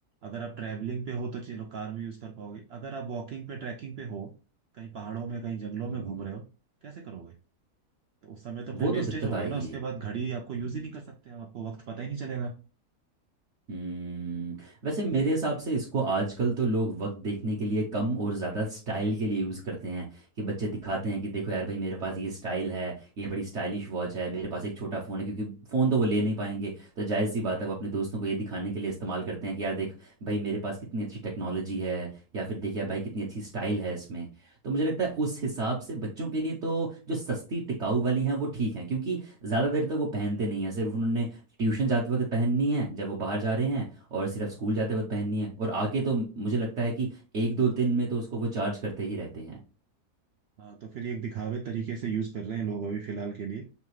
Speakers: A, on the right; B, on the right.
A: अगर आप ट्रैवलिंग पे हो तो चलो कार में यूज कर पाओगे अगर आप वॉकिंग पे ट्रैकिंग पे हो कहीं पहाड़ों में कहीं जंगलों
B: हम्म।
A: में घूम
B: हम्म।
A: रहे हो कैसे करोगे तो उस समय तो फिर
B: वो
A: वेस्टेज
B: तो दिक्कत
A: हो
B: आएगी
A: गया ना उसके
B: एक
A: बाद घड़ी आपको यूज
B: हम्म,
A: ही नहीं कर सकते आप आपको वक्त पता ही नहीं चलेगा
B: हम्म वैसे मेरे हिसाब से इसको आजकल तो लोग वक्त देखने के लिए कम और ज़्यादा स्टाइल के लिए यूज़ करते हैं कि बच्चे दिखाते
A: हम्म
B: हैं कि देखो यार भाई मेरे पास ये स्टाइल है ये बड़ी स्टाइलिश वॉच है मेरे पास एक छोटा फ़ोन है क्योंकि फ़ोन तो वो ले नहीं पाएंगे तो जायज़ सी बात है वो अपने दोस्तों को ये दिखाने के लिए इस्तेमाल करते हैं कि यार देख भाई मेरे पास कितनी अच्छी टेक्नोलॉजी है या फिर देख यार भाई कितनी अच्छी स्टाइल है इसमें तो मुझे लगता है उस हिसाब से बच्चों के लिए तो जो सस्ती टिकाऊ वाली हैं वो ठीक हैं क्योंकि ज़्यादा देर तक वो पहनते नहीं हैं सिर्फ उन्होंने ट्यूशन जाते वक्त पहननी है जब वो बाहर जा रहे हैं और सिर्फ स्कूल जाते वक्त पहननी है और आके तो मुझे लगता है कि एक दो दिन में तो उसको वो चार्ज करते ही रहते हैं
A: हाँ तो फिर ये एक दिखावे तरीके से यूज कर रहे हैं लोग अभी फिलहाल के लिए